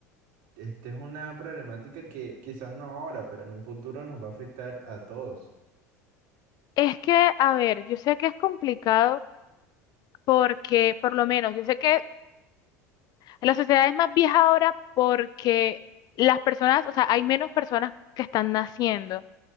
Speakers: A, on the right; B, on the left.
A: Esta es una problemática que quizás no ahora, pero en un futuro nos va a afectar a todos.
B: Es que, a ver, yo sé que es complicado porque, por lo menos, yo sé que la sociedad es más vieja ahora porque las personas, o sea, hay menos personas que están naciendo.